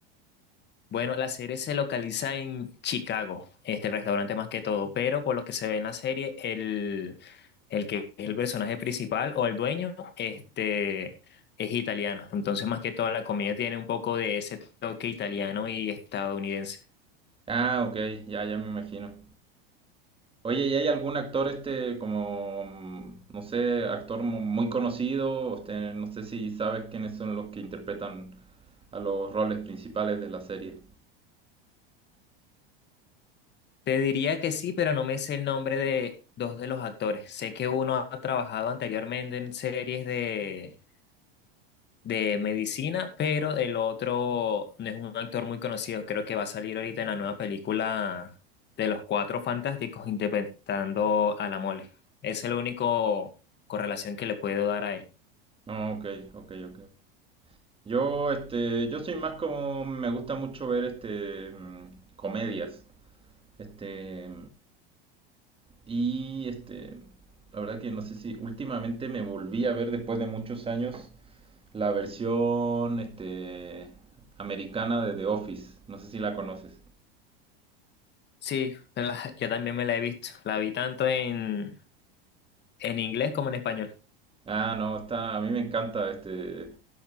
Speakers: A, on the left; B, on the right.
A: Bueno, la serie se localiza en Chicago, este el restaurante más que todo, pero por lo que se ve en la serie, el, el que es el personaje principal o el dueño, este, es italiano. Entonces, más que todo, la comida tiene un poco de ese toque italiano y estadounidense.
B: Ah, ok, ya, ya me imagino. Oye, ¿y hay algún actor este como, mm, no sé, actor mu- muy conocido? Este, no sé si sabes quiénes son los que interpretan a los roles principales de la serie.
A: Te diría que sí, pero no me sé el nombre de dos de los actores. Sé que uno ha trabajado anteriormente en series de de medicina, pero el otro no es un actor muy conocido, creo que va a salir ahorita en la nueva película de los Cuatro Fantásticos interpretando a la Mole. Es el único correlación que le puedo dar a él.
B: No, ok, ok, ok. Yo, este, yo soy más como, me gusta mucho ver este, mm, comedias. Este, y este, la verdad que no sé si últimamente me volví a ver después de muchos años la versión este, americana de The Office. No sé si la conoces.
A: Sí, <laughs> la- yo también me la he visto, la vi tanto en, en inglés como en español.
B: Ah, no, está, a mí me encanta. Este,